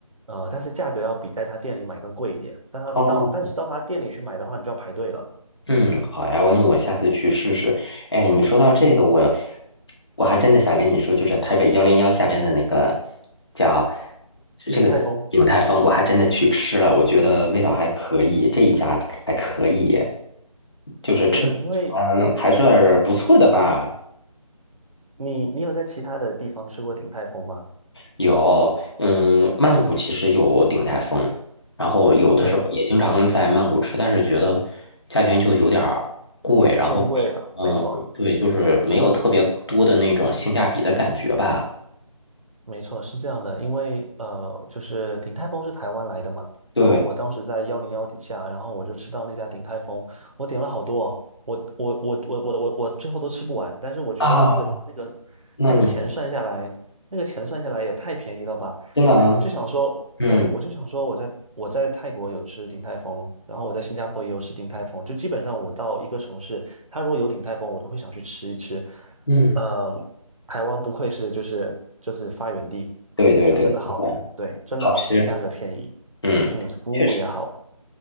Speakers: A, on the right; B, on the left.
A: 呃，但是价格要比在他店里买更贵一点，但他到但是到他店里去买的话，
B: 哦，
A: 你就要排队了。
B: 嗯，好呀，那我下次去试试。哎，你说到这个，我我还真的想跟你说，就是台北幺零幺下边的那个叫这个鼎泰丰，
A: 鼎泰丰
B: 我还真的去吃了，我觉得味道还可以，这一家还可以，就是吃
A: 是因为
B: 嗯还是不错的吧。
A: 你你有在其他的地方吃过鼎泰丰吗？
B: 有，嗯，曼谷其实有鼎泰丰，然后有的时候也经常在曼谷吃，
A: 对。
B: 但是觉得价钱就有点儿贵，然后，
A: 偏贵了，
B: 嗯，
A: 没错，
B: 对，就是没有特别多的那种性价比的感觉吧。
A: 没错，是这样的，因为呃，就是鼎泰丰是台湾来的嘛，
B: 对
A: 然后我当时在幺零幺底下，然后我就吃到那家鼎泰丰，我点了好多哦，我我我我我我我最后都吃不完，但是我觉得那个那个那个钱算下来，
B: 啊，那你
A: 那个钱算下来也太便宜了吧，
B: 真的啊，
A: 我就想说，
B: 嗯
A: 对，我就想说我在我在泰国有吃鼎泰丰，然后我在新加坡也有吃鼎泰丰，就基本上我到一个城市，他如果有鼎泰丰，我都会想去吃一吃。
B: 嗯，
A: 呃，台湾不愧是就是就是发源地，
B: 对对对，
A: 说真的好，
B: 就是
A: 对，真的好吃，
B: 好吃，
A: 价格便宜，
B: 嗯，
A: 嗯，服务也好。
B: 确实，